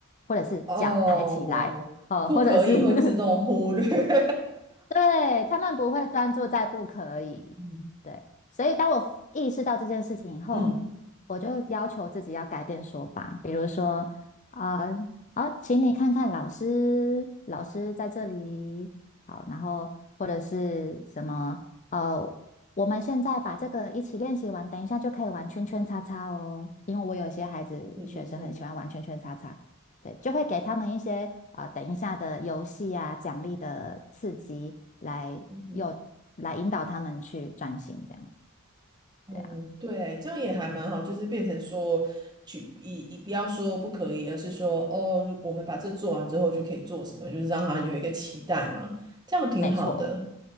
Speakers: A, on the left; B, on the right.
A: 或者是脚抬起来，
B: 哦，
A: 呃，
B: 不可以会自动忽略。
A: 或者是 <laughs>
B: <laughs>
A: 对，他们不会专注在不可以。
B: 嗯
A: 对，所以当我意识到这件事情以后，
B: 嗯，
A: 我就要求自己要改变说法，比如说，呃，好，请你看看老师，老师在这里，好，然后或者是什么，呃，我们现在把这个一起练习完，等一下就可以玩圈圈叉叉哦，因为我有些孩子学生很喜欢玩圈圈叉叉，
B: 是是是，
A: 对，就会给他们一些啊、呃等一下的游戏啊、奖励的刺激来诱来引导他们去专心这样子。
B: 嗯哼，哦，
A: 对啊，
B: 对，这样也还蛮好，就是变成说，去以以不要说不可以，而是说，哦，如果我们把这做完之后就可以做什么，就是让他有一个期待嘛，这样挺好的。
A: 没错，